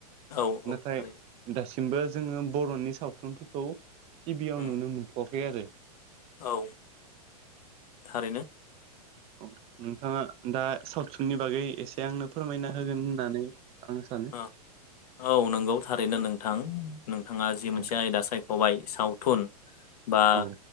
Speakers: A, on the left; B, on the right.
A: औ औ
B: नाथाय
A: थारैनो
B: दासिमबो जोङो बर'नि सावथुनफोरखौ टिभियाव
A: उम
B: नुनो मोनथ'वाखै आरो
A: औ थारैनो
B: औ नोंथाङा दा सावथुननि बागै एसे आंनो फोरमायना होगोन होननानै आं सानो
A: ओ औ नंगौ थारैनो नोंथां नोंथाङा जि
B: औ
A: मोनसे आयदा साय खबाइ सावथुन बा
B: औ